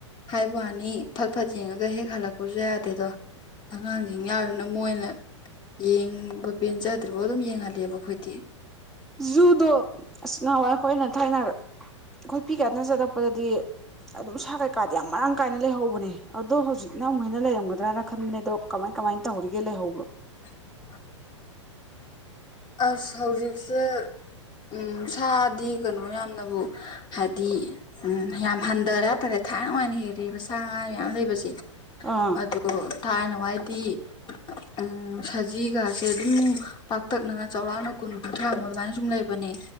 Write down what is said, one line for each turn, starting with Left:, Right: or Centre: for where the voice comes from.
Left: ꯍꯥꯏꯕ ꯋꯥꯅꯤ ꯐꯠ ꯐꯠ ꯌꯦꯡꯉꯒ ꯍꯦꯛ ꯍꯜꯂꯛꯄꯖꯨ ꯌꯥꯗꯦꯗꯣ ꯑꯉꯥꯡꯖꯤꯡ ꯌꯥꯎꯔꯤꯝꯅꯤꯅ ꯃꯣꯏꯅ ꯌꯦꯡꯕ ꯄꯦꯟꯖꯗ꯭ꯔꯤꯕꯧ ꯑꯗꯨꯝ ꯌꯦꯡꯍꯜꯂꯦꯕ ꯑꯩꯈꯣꯏꯗꯤ
Centre: ꯖꯨꯗꯣ ꯑꯁ ꯉꯍꯥꯟꯋꯥꯏ ꯑꯩꯈꯣꯏꯅ ꯊꯥꯏꯅ ꯑꯈꯣꯏ ꯄꯤꯛꯏ ꯀꯥꯟꯗ ꯆꯠꯂꯛꯄꯗꯗꯤ ꯑꯗꯨꯝ ꯁꯥ ꯀꯩꯀꯥꯗꯤ ꯌꯥꯝ ꯃꯔꯥꯡ ꯀꯥꯏꯅ ꯂꯩꯍꯧꯕꯅꯦ ꯑꯗꯣ ꯍꯧꯖꯤꯛꯅ ꯑꯃꯨꯛ ꯍꯦꯟꯅ ꯂꯩꯔꯝꯒꯗ꯭ꯔꯅ ꯈꯟꯕꯅꯦ ꯑꯗꯣ ꯀꯃꯥꯏ ꯀꯃꯥꯏ ꯇꯧꯍꯧꯔꯤꯒꯦ ꯂꯩꯍꯧꯕ꯭ꯔꯣ
Left: <inaudible> ꯑꯁ ꯍꯧꯖꯤꯛꯁꯦ ꯎꯝ ꯁꯥꯗꯤ ꯀꯩꯅꯣ ꯌꯥꯝꯅꯕꯨ ꯍꯥꯏꯗꯤ ꯎꯝ ꯌꯥꯝ ꯍꯟꯗꯔꯦ ꯍꯥꯏꯇꯥꯔꯦ ꯊꯥꯏꯅꯋꯥꯏꯅ ꯍꯦꯜꯂꯦꯕ ꯁꯥ ꯃꯌꯥꯝ ꯂꯩꯕꯁꯦ
Centre: ꯑ
Left: ꯑꯗꯣ ꯊꯥꯏꯅꯋꯥꯥꯏꯗꯤ ꯎꯝ ꯁꯖꯤꯒꯥꯁꯦ ꯑꯗꯨꯝ ꯄꯥꯛ ꯄꯥꯛꯇꯛꯅꯅ ꯆꯥꯎꯔꯥꯛꯅ ꯀꯨꯟ ꯀꯨꯟꯊ꯭ꯔꯥꯃꯨꯛ ꯑꯗꯨꯃꯥꯏ ꯁꯨꯝ ꯂꯩꯕꯅꯦ